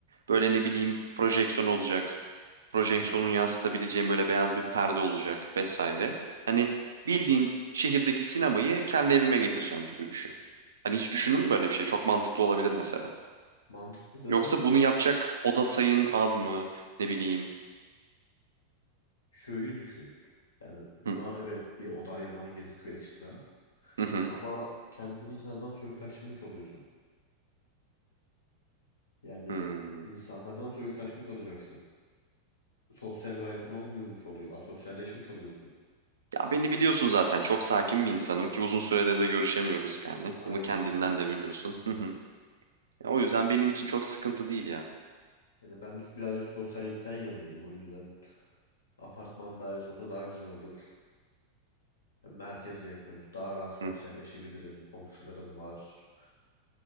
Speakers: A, on the right; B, on the left.
A: Böyle ne bileyim projeksiyon olacak. Projeksiyonun
B: Hı hı.
A: yansıtabileceğim böyle beyaz bir perde olacak vesaire. Hani bildiğin şehirdeki sinemayı kendi evime getireceğim gibi düşün. Hani hiç düşündün mü böyle bir şey? Çok mantıklı olabilir mesela.
B: Mantıklıdır
A: Yoksa
B: ama
A: bunu yapacak oda sayın az mı? Ne bileyim.
B: Şöyle düşün. Yani buna
A: Hı
B: evet bir oda ayırman gerekiyor ekstra.
A: hı. hı.
B: Ama kendini insanlardan soyutlaştırmış oluyorsun. Yani
A: Hmm.
B: insanlardan soyutlaşmış olacaksın. Sosyal bir hayatın olmuyormuş oluyor. Asosyalleşmiş oluyorsun.
A: Ya beni biliyorsun zaten. Çok sakin bir insanım ki uzun süredir de görüşemiyoruz yani.
B: Aynen
A: Bunu kendinden
B: öyle.
A: de biliyorsun.
B: Hı hı.
A: Hı hı. Ya o yüzden benim için çok sıkıntı değil ya.
B: Yani ben birazcık sosyallikten yanayım bu yüzden. Apartman dairesi olsa daha güzel olur. Merkeze yakın. Daha rahat sosyalleşebilirim.
A: Hı.
B: Komşuların var.